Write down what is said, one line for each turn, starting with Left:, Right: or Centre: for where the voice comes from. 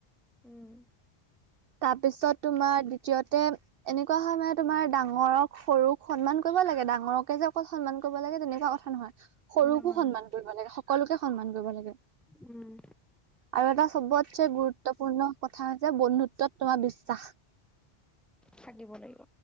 Centre: উম।
Right: তাৰপিছত তোমাৰ দ্বিতীয়তে, এনেকুৱা হয় মানে তোমাৰ ডাঙৰক, সৰুক সন্মান কৰিব লাগে, ডাঙৰকে যে অকল সন্মান কব লাগে তেনেকুৱা কথা নহয় সৰুকো
Centre: নহয়
Right: সন্মান
Centre: নহয়
Right: কৰিব লাগে সকলোকে সন্মান কৰিব লাগে
Centre: উম
Right: আৰু এটা সবতচে গুৰুত্বপূৰ্ণ কথা হৈছে বন্ধুত্বত তোমাৰ বিশ্বাস
Centre: থাকিব লাগিব